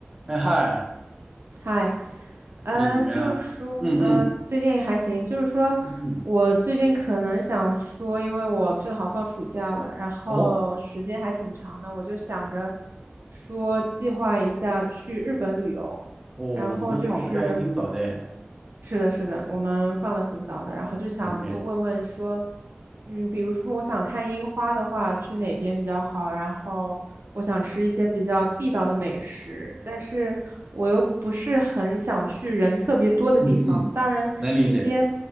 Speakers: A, on the right; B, on the right.
A: 哎嗨，
B: 嗨，嗯，
A: 最近怎么样啊嗯嗯
B: 就是说，嗯，最近还行。就是说，
A: 嗯嗯，
B: 我最近可能想说，因为我正好放暑假了，然后时间还挺长的，
A: 哦
B: 我就想着说计划一下去日本旅游。
A: 哦，
B: 然后就是，
A: 你们放暑假还挺早的
B: 是的，是的，我们放的挺早的，然后就想问问问说，
A: OK，
B: 嗯，比如说我想看樱花的话，去哪边比较好？然后我想吃一些比较地道的美食，但是我又不是很想去人特别多的地方。
A: 嗯嗯，
B: 当然，
A: 能理解。
B: 一些